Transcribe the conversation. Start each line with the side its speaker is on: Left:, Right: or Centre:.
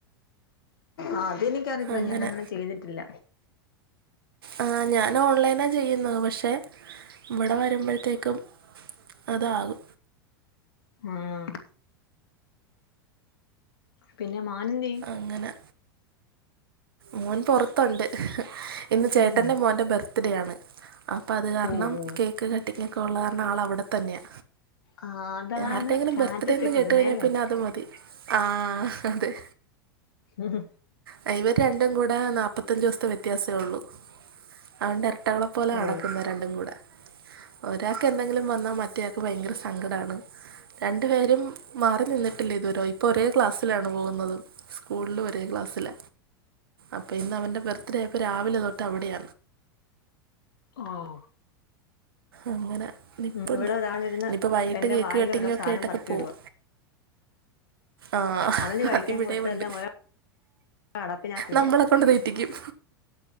Left: ആഹ് അതെനിക്കറിയത്തില്ല
Right: അങ്ങനെ
Left: ഞാനങ്ങനെ ചെയ്തിട്ടില്ല
Right: ആഹ് ഞൻ ഓൺലൈനാ ചെയ്യുന്നത് പക്ഷെ ഇവിടെ വരമ്പഴത്തേക്കും അതാകും
Left: ആഹ് പിന്നെ മോനെന്ത്യോ?
Right: അങ്ങനെ മോൻ പൊറത്തുണ്ട് ഇന്ന് ചേട്ടന്റെ
Left: ഉം
Right: മോന്റ ബർത്ത്ഡേയാണ് അപ്പ അത് കാരണം
Left: ഓ ഓ
Right: കേക്ക് കട്ടിങ്ങൊക്കെ ഒള്ള കാരണം ആൾ അവിടെത്തന്നെയ
Left: ആ അതാണ്
Right: ആർടെയെങ്കിലും
Left: സ്റ്റാറ്റസ്
Right: ബർത്ത്ഡേന്ന്
Left: ഇട്ടിരുന്നേ
Right: കേട്ട് കഴിഞ്ഞ
Left: അല്ലേ
Right: പിന്നെ അത് മതി ആഹ് അതെ
Left: ങ്
Right: ആ ഇവര് രണ്ടും കൂട നാല്പ്പത്തഞ്ചു ദിവസത്തെ വ്യത്യാസെ ഒള്ളൂ അതോണ്ട് എരട്ടകളപോലെ
Left: ഓ
Right: നടക്കുന്ന രണ്ടും കൂടെ ഒരാക്ക് എന്തെങ്കിലും വന്നാ മറ്റയാക്ക് ഭയങ്കര സങ്കടവാണ് രണ്ടു പേരും മാറി നിന്നിട്ടില്ല ഇതുവരെ ഇപ്പോ ഒരേ ക്ലാസ്സിലാണ് പോകുന്നത് സ്കൂളിലും ഒരേ ക്ലാസ്സില അപ്പ ഇന്ന് അവൻ്റെ ബർത്ത്ഡേ ആയപ്പൊ രാവിലെ തൊട്ട് അവിടെയ
Left: ഓഹോ
Right: അങ്ങനെ നിപ്പുണ്ട്
Left: ഇവിടെ ഒരാളിരുന്ന്
Right: ഇനിയിപ്പോ വൈകിട്ട്
Left: എന്റെ
Right: കേക്ക്
Left: വായിൽ
Right: കട്ടിങ്ങൊക്കെ
Left: ഓരോ സാധനം
Right: ആയിട്ടൊക്കെ
Left: പറക്കിയിടുവാ
Right: പോവും ആഹ്
Left: അവന് കഴിക്കാൻ
Right: അത് ഇവടെയുമുണ്ട്
Left: കൊടുത്തതെല്ലാം ഓരോ അടപ്പിനാക്കിടുവാ
Right: നമ്മളെ കൊണ്ട് വെ ട്ടിക്കും